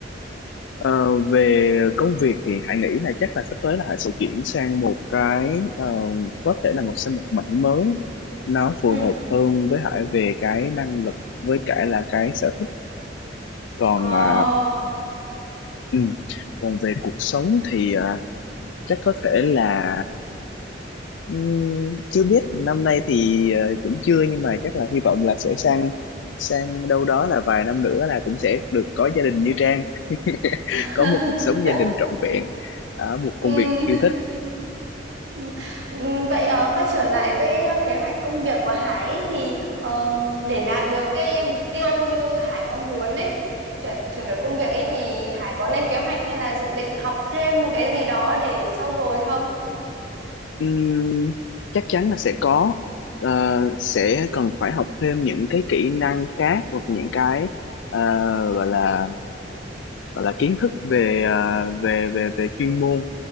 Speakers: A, on the left; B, on the right.
A: Ờ, về công việc thì Hải nghĩ là chắc là sắp tới là Hải sẽ chuyển sang một cái ờ, có thể là một sang một mảng mới nó phù
B: Ừ.
A: hợp hơn với Hải về cái năng lực với cả là cái sở thích còn
B: Ờ.
A: à, ừ, còn về cuộc sống thì à, chắc có thể là Ừm, chưa biết năm nay thì ờ, cũng chưa nhưng mà chắc là hy vọng là sẽ sang sang đâu đó là vài năm nữa là cũng sẽ được có gia đình như Trang <laughs>
B: <laughs>
A: có một cuộc sống gia đình trọn vẹn ở một
B: Ừ.
A: công việc yêu thích
B: Ừ, ừ, Vậy ờ, quay trở lại với ờ, kế hoạch công việc của Hải ấy, thì ờ, để đạt được cái mục tiêu như Hải mong muốn ấy chuyển chuyển đổi công việc ấy thì Hải có lên kế hoạch hay là dự định học thêm một cái gì đó để trau dồi không?
A: Ừm, chắc chắn là sẽ có Ờ, sẽ cần phải học thêm những cái kỹ năng khác hoặc những cái ờ, gọi là gọi là kiến thức về à, về về về chuyên môn